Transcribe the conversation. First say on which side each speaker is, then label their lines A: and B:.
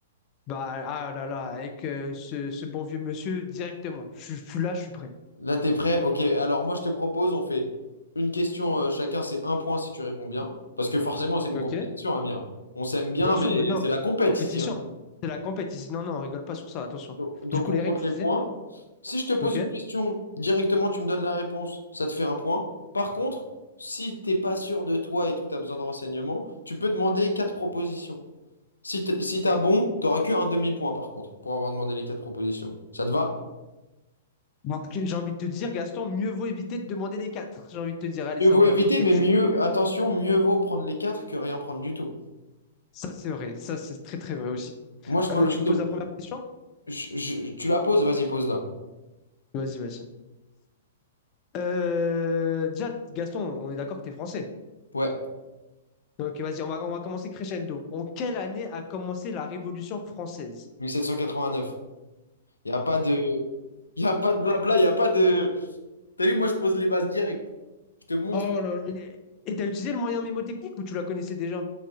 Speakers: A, on the left; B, on the left.
A: Bah, ah là là, avec euh, ce, ce bon vieux monsieur directement. Je, je suis là, je suis prêt.
B: Là, t'es prêt? Ok, alors moi, je te propose, on fait une question euh, chacun, c'est un point si tu réponds bien. Parce que forcément, c'est une
A: Ok.
B: compétition, Amir. On s'aime bien,
A: Bien
B: mais
A: sûr, euh, non,
B: c'est la compète
A: compétition.
B: ici. hein.
A: C'est la compétition. Non, non, on rigole pas sur ça, attention.
B: Donc, donc,
A: Du coup,
B: on
A: les
B: compte
A: règles, tu
B: les
A: disais?
B: points. Si je te pose
A: Ok?
B: une question, directement tu me donnes la réponse, ça te fait un point. Par contre, si t'es pas sûr de toi et tout, tu as besoin de renseignements, tu peux demander quatre propositions. Si t- si t'as bon, t'auras que un demi-point par contre, pour avoir demandé les quatre propositions. Ça te va?
A: Donc, j'ai envie de te dire, Gaston, mieux vaut éviter de demander les quatre. J'ai envie de te dire, allez,
B: Mieux
A: ça
B: vaut
A: me
B: éviter,
A: va, nickel,
B: mais
A: je
B: mieux,
A: suis prêt.
B: attention, mieux vaut prendre les quatre que rien prendre du tout.
A: Ça, c'est vrai. Ça, c'est très, très vrai aussi.
B: Moi, je peux,
A: Euh, tu
B: je
A: me
B: te-
A: poses la première question?
B: je- je- tu la poses, vas-y, pose-la.
A: Vas-y, vas-y. Euh, déjà, Gaston, on est d'accord que tu es français.
B: Ouais,
A: Donc, vas-y, on va, on va commencer crescendo. En quelle année a commencé la Révolution française?
B: Mille sept cent quatre-vingt-neuf. Il n'y a pas de, il y a pas de blabla, il n'y a pas de... T'as vu, moi, je pose les bases directes. Je te montre.
A: Oh là là. Et t'as utilisé le moyen mémotechnique ou tu la connaissais déjà?